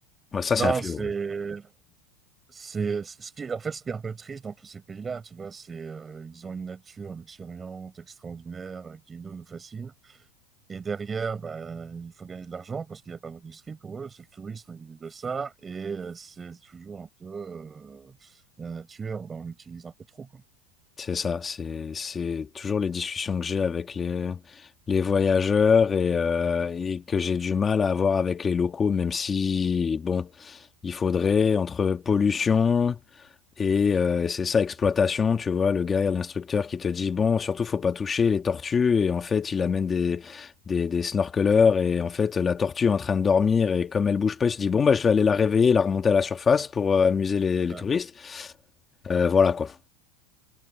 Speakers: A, on the left; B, on the right.
A: ouais, ça,
B: Non,
A: c'est un fléau.
B: c'est,
A: ouais.
B: c'est, c'est- ce qui est, en fait, ce qui est un peu triste dans tous ces pays-là, tu vois, c'est, euh, ils ont une nature luxuriante, extraordinaire, euh, qui nous, nous fascine. Et derrière, bah, il faut gagner de l'argent parce qu'il n'y a pas d'industrie pour eux. C'est le tourisme, ils vivent de ça. Et euh, c'est toujours un peu, euh, la nature, bah, on l'utilise un peu trop, quoi.
A: C'est ça, c'est c'est toujours les discussions que j'ai avec les, les voyageurs et, euh, et que j'ai du mal à avoir avec les locaux, même si, bon, il faudrait, entre pollution, Et euh, c'est ça, exploitation, tu vois, le gars, l'instructeur qui te dit, bon, surtout, faut pas toucher les tortues, et en fait, il amène des, des, des snorkeleurs, et en fait, la tortue est en train de dormir, et comme elle bouge pas, il se dit, bon, bah, je vais aller la réveiller et la remonter à la surface pour euh, amuser les, les
B: Ouais.
A: touristes. Euh, voilà, quoi.